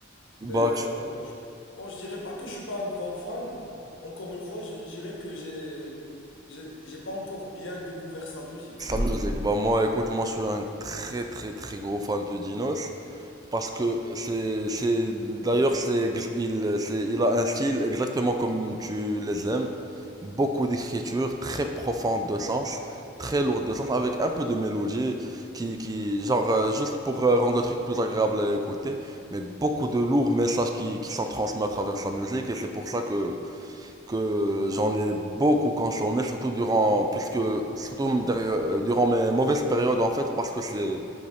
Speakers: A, on the right (about 20°); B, on the left (about 75°).
A: Bah,
B: mais euh,
A: que je-
B: je- bon, je dirais pas que je suis pas un grand fan. Encore une fois, je dirais que j'ai, j'ai, j'ai pas encore bien découvert sa musique.
A: sa musique. Bah, moi, écoute, moi, je suis un très, très, très gros fan de Dinos. Parce que c'est, c'est, d'ailleurs, c'est, ex- il, c'est, il a un style exactement comme tu les aimes. Beaucoup d'écriture, très profonde de sens, très lourde de sens, avec un peu de mélodie, qui, qui genre, euh, juste pour euh, rendre le truc plus agréable à écouter, mais beaucoup de lourds messages qui, qui sont transmis à travers sa musique, et c'est pour ça que que j'en ai beaucoup consommé, surtout durant, puisque, surtout derrière- euh, durant mes mauvaises périodes en fait, parce que c'est,